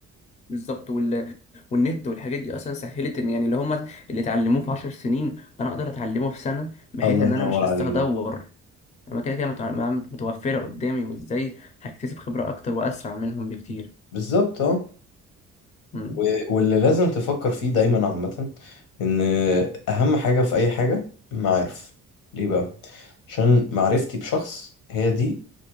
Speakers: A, on the left; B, on the left.
A: بالظبط وال... والنت والحاجات دي اصلا سهلت ان يعني اللي هم اللي اتعلموه في 10 سنين انا اقدر اتعلمه في سنه بحيث
B: الله
A: ان
B: ينور
A: انا مش لسه
B: عليك
A: هدور انا كده كده متع- متوفره قدامي وازاي هكتسب خبره اكتر واسرع منهم بكتير
B: بالظبط اه
A: امم
B: و- واللي لازم تفكر فيه دايما عامة ان اهم حاجة في اي حاجة المعارف ليه بقى عشان معرفتي بشخص هي دي